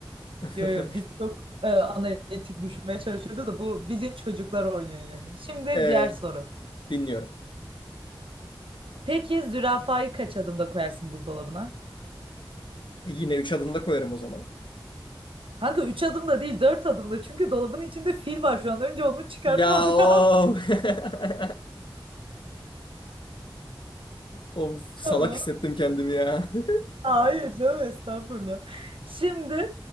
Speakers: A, on the left (about 65°); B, on the right (about 85°).
A: <laughs>
B: yo, yo, biz çok e, analitik düşünmeye çalışıyoruz da bu bilin çocuklar oynuyor yani. Şimdi
A: Ee,
B: diğer soru.
A: dinliyorum.
B: Peki zürafayı kaç adımda koyarsın buzdolabına?
A: E, yine üç adımda koyarım o zaman.
B: Kanka 3 adımda değil 4 adımda çünkü dolabın içinde fil var şu an. Önce onu çıkartman
A: Ya
B: <laughs>
A: o.
B: lazım
A: <laughs> Of salak
B: ama.
A: hissettim kendimi ya. <laughs>
B: Hayır canım estağfurullah. Şimdi